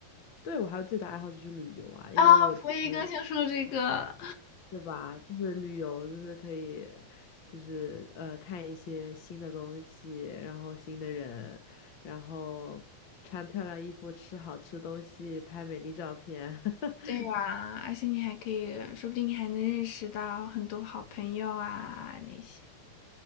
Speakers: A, on the left; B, on the left.
A: 对，我还有最大爱好就是旅游啊，因为我觉得，
B: 啊，我也刚想说这个。
A: 对吧？就是旅游，就是可以，就是呃，看一些新的东西，然后新的人，然后穿漂亮衣服，吃好吃东西，拍美丽照片。<laughs>
B: 对呀，而且你还可以，说不定你还能认识到很多好朋友啊那些。